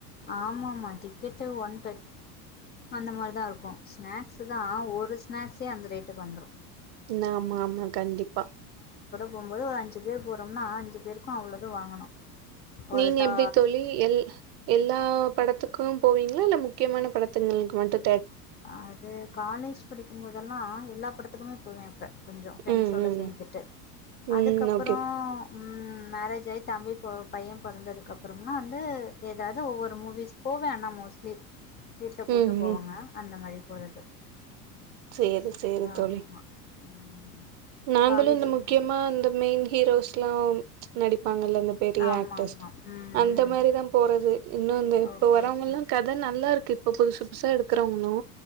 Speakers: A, on the left (about 25°); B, on the right (about 55°).
A: ஆமா ஆமா டிக்கெட்டு ஒன் டன் அந்த மாரிதா இருக்கு ஸ்நாக்ஸ் தா ஒரு ஸ்நாக்ஸ் சே அந்த ரேட்டு வந்துரு
B: ன ஆமா ஆமா கண்டிப்பா
A: போகும்போது ஒரு அஞ்சு பேர் போறோம்னா அஞ்சு பேருக்கு அவ்ளோது வாங்கணு
B: நீங்க
A: ஒரு தா
B: எப்டி தோழி எல் எல்லா படத்துக்கு போவீங்களா இல்ல முக்கியமான படத்துங்களுக்கு மட்டு
A: அது காலேஜ் படிக்கு போதெல்லா எல்லா படத்துக்குமே போவே இப்ப கொஞ்சம் ஃப்ரெண்ஸ்சோட
B: ம், ம்.
A: சேர்ந்துட்டு
B: ம்.
A: அதுக்கப்றோ
B: ஓகே.
A: ம் மேரேஜ் ஆயி தம்பி பைய பொறந்ததுக்கு அப்பறலா வந்து ஏதாவது ஒவ்வொரு மூவிஸ் போவே ஆனா மோஸ்லி வீட்ல கூட்டு
B: ம்,
A: போவங்க
B: ம்.
A: அந்த மாரி போறது
B: செரி செரி
A: ஆமா
B: தோழி
A: ம்
B: நாங்களு
A: காலேஜ்ல
B: இந்த முக்கியமா இந்த மெயின் ஹீரோஸ்லா நடிப் அந்தால அதீத பெரிய
A: ஆமா
B: ஆக்டர்ஸ்
A: ஆமா ம்
B: அந்த
A: ம்
B: மாரிதா போறது இன்னு இந்த இப்ப
A: ஓகே
B: வரவங்கல்லா
A: ஓகே
B: கத நல்லா இருக்கு இப்ப புதுசு புதுசா எடுக்கறவங்க நோ